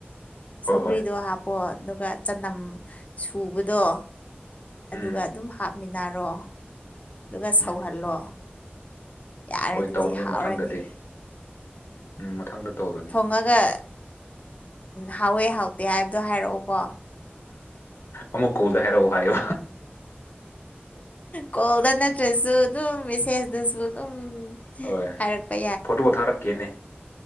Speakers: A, on the left; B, on the left.
A: ꯍꯣꯏ
B: ꯁꯧꯒ꯭ꯔꯤꯗꯣ
A: ꯍꯣꯏ
B: ꯍꯥꯞꯄꯣ ꯑꯗꯨꯒ ꯆꯅꯝ ꯁꯨꯕꯗꯣ
A: ꯎꯝ
B: ꯑꯗꯨꯒ ꯑꯗꯨꯝ ꯍꯥꯞꯃꯤꯟꯅꯔꯣ ꯑꯗꯨꯒ
A: ꯎꯝ
B: ꯁꯧꯍꯜꯂꯣ
A: ꯎꯝ ꯎꯝ.
B: ꯌꯥꯔꯦ
A: ꯍꯣꯏ
B: ꯑꯗꯨꯗꯤ
A: ꯇꯧꯔꯒꯦ
B: ꯍꯥꯎꯔꯅꯤ
A: ꯃꯊꯪꯗꯗꯤ ꯎꯝ ꯃꯊꯪꯗ ꯇꯧꯔꯒꯦ
B: ꯊꯣꯡꯉꯒ ꯍꯥꯎꯋꯦ ꯍꯥꯎꯇꯦ ꯍꯥꯏꯕꯗꯣ ꯍꯥꯏꯔꯛꯑꯣꯀꯣ
A: ꯑꯃꯨꯛ ꯀꯣꯜꯗ ꯍꯥꯏꯔꯛꯎ ꯍꯥꯏꯌꯨ
B: ꯀꯣꯜꯗ ꯅꯠꯇ꯭ꯔꯁꯨ ꯑꯗꯨꯝ ꯃꯦꯁꯦꯖꯇꯁꯨ ꯑꯗꯨꯝ
A: ꯍꯣꯏ
B: ꯍꯥꯏꯔꯛꯄ
A: ꯐꯣꯇꯣ ꯊꯥꯔꯛꯀꯦꯅꯦ